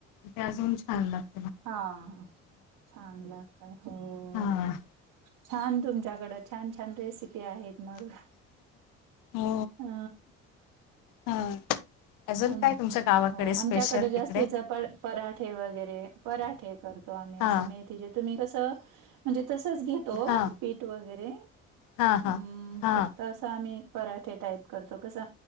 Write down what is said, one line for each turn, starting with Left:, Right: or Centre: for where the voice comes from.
Left: ते अजून छान लागतं.
Right: हां.. हा छान लागतंय हो,
Left: हां
Right: छान तुमच्याकडं छान- छान रेसिपी आहेत मग.....
Left: हो
Right: अ
Left: हां अजून
Right: अन्
Left: काय तुमच्या गावाकडे
Right: हो
Left: स्पेशल
Right: आमच्याकडं जास्तीच
Left: तिकडे
Right: प पराठे वगैरे पराठे. करतो आम्ही
Left: हां
Right: अस मेथीचे, तुम्ही कसं म्हणजे तसच घे तो
Left: हां
Right: पीठ वगैरे
Left: हां
Right: हूं..
Left: हां हां
Right: फक्त असं आम्ही पराठे टाईप करतो, कसं